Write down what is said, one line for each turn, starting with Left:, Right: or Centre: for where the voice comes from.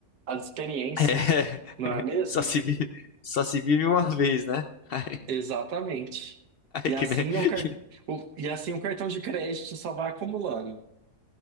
Right: as experiências,
Left: <laughs> É,
Right: não é mesmo?
Left: só se vive, só se vive uma vez, né? <laughs> Ai,
Right: Exatamente. E assim
Left: que nem,
Right: o, car...
Left: que nem,
Right: o- E assim o cartão de crédito só vai acumulando.